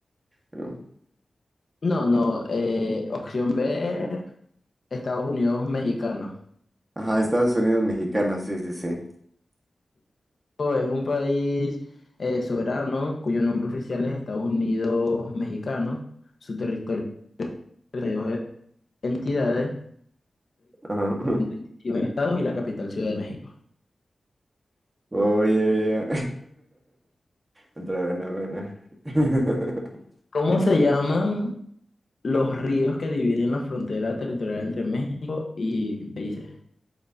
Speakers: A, on the right; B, on the left.
A: ¿no?
B: No, no, eh, opción B, Estados Unidos Mexicano.
A: Ajá, Estados Unidos mexicano, sí, sí, sí.
B: México Es un país eh, soberano cuyo nombre oficial es Estados Unidos Mexicano, su territorio es de 32 entidades
A: Ajá.
B: 21 estados y la capital Ciudad de México.
A: <laughs> Oye, ya. <laughs> Otra buena, buena. <laughs>
B: ¿Cómo se llaman los ríos que dividen la frontera territorial entre México y Belice?